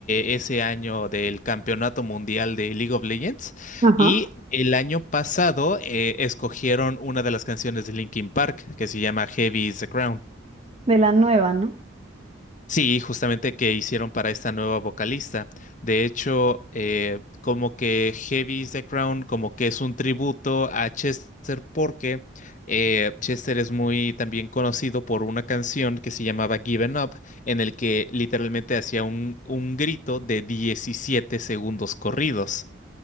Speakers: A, on the left (about 40°); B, on the right (about 30°).
A: eh, ese año del Campeonato Mundial de League of Legends.
B: Ajá.
A: Y el año pasado eh, escogieron una de las canciones de Linkin Park que se llama Heavy is the Crown.
B: De las nuevas, ¿no?
A: Sí, justamente que hicieron para esta nueva vocalista. De hecho, eh, como que Heavy is the Crown, como que es un tributo a Chester porque eh, Chester es muy también conocido por una canción que se llamaba Given Up, en el que literalmente hacía un, un grito de 17 segundos corridos.